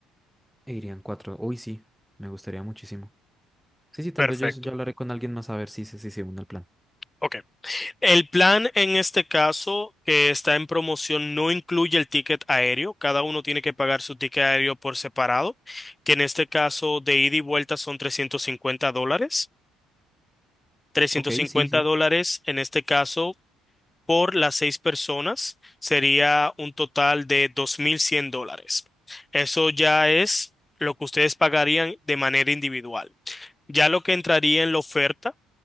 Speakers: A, in the centre; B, on the left.
A: E irían cuatro. Uy, sí, me gustaría muchísimo. Sí, sí, tal
B: Perfecto.
A: vez yo, yo hablaré con alguien más a ver si, se- si, se une al plan.
B: Ok. El plan en este caso que está en promoción no incluye el ticket aéreo. Cada uno tiene que pagar su ticket aéreo por separado, que en este caso de ida y vuelta son 350 dólares. trescientos
A: Ok,
B: cincuenta
A: sí, sí.
B: dólares, en este caso, por las seis personas, sería un total de 2.100 dólares. Eso ya es lo que ustedes pagarían de manera individual. Ya lo que entraría en la oferta